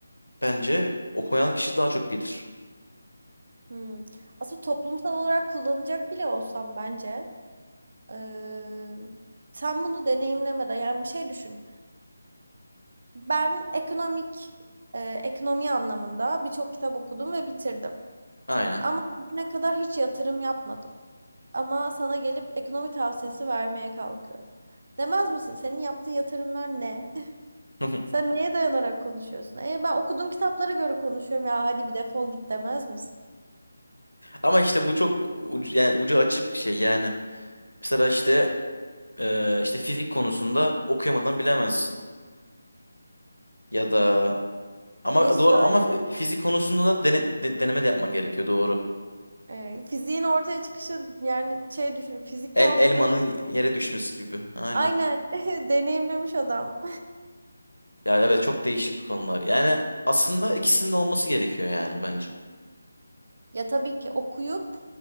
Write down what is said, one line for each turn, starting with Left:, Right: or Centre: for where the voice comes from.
Left: bence okuyan kişi daha çok bilir.
Right: Hmm. Aslında toplumsal olarak kullanacak bile olsam bence Ee, sen bunu deneyimlemeden yani bir şey düşün. Ben ekonomik e, ekonomi anlamında birçok kitap okudum ve bitirdim.
Left: Aynen.
Right: Ama bugüne kadar hiç yatırım yapmadım. Ama sana gelip ekonomi tavsiyesi vermeye kalkıyorum. Demez misin? Senin yaptığın yatırımlar ne? <laughs>
Left: <laughs>
Right: Sen neye dayanarak konuşuyorsun? E, ben okuduğum kitaplara göre konuşuyorum ya hadi bir defol git demez misin?
Left: Ama işte bu çok ucu, yani ucu açık bir şey yani. Mesela işte e, işte fizik konusunda okuyamadan bilemezsin. Ya da ama
Right: Hiç
Left: doğru
Right: de öyle.
Left: ama fizik konusunda da dene- de- deneme de yapman gerekiyor doğru.
Right: e, fiziğin ortaya çıkışı yani şey düşün fizik
Left: El,
Right: kanunları
Left: elmanın yere düşmesi gibi. Aynen.
Right: aynen <laughs> deneyimlemiş adam.
Left: Ya evet çok değişik bir konular. Yani aslında ikisinin de olması gerekiyor yani bence.
Right: Ya tabii ki okuyup